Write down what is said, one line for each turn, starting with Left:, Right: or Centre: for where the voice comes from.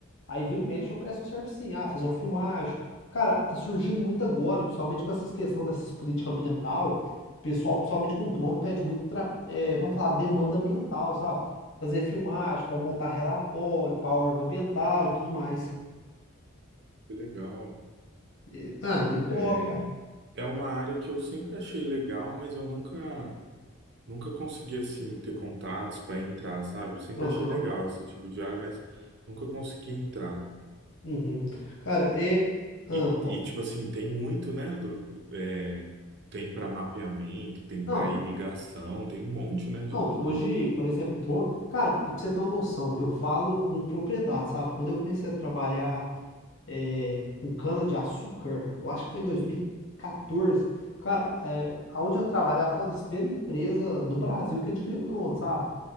Left: Aí vira e mexe, eu presto um serviço sim. Ah, fazer uma filmagem. Cara, tá surgindo muito agora, principalmente com essas questões dessas políticas ambiental. Pessoal, principalmente com drone, pede muito, tra- eh, vamos falar, demanda ambiental, sabe? Fazer filmagem, pra montar relatório, pra órgão ambiental e tudo mais.
Right: Que legal.
Left: Eh, Ah, é muito top,
Right: É,
Left: cara.
Right: é uma área que eu sempre achei legal, mas eu nunca nunca consegui assim ter contatos para entrar, sabe? Eu sempre
Left: Aham.
Right: achei legal esse tipo de área, mas nunca consegui entrar.
Left: Uhum. Cara, é. Ah,
Right: E,
Left: pô.
Right: e, tipo assim, tem muito, né? do- do- é, tem para mapeamento, tem
Left: Não,
Right: para irrigação, tem um monte, né? De,
Left: Não,
Right: de-
Left: hoje, por exemplo, drone. Cara, e pra você ter uma noção, eu falo com propriedade, sabe? Quando eu comecei a trabalhar é, com cana-de-açúcar, eu acho que foi em 2014. Cara, é, aonde eu trabalhava foi uma das primeiras empresas do Brasil que adquiriu drone, sabe?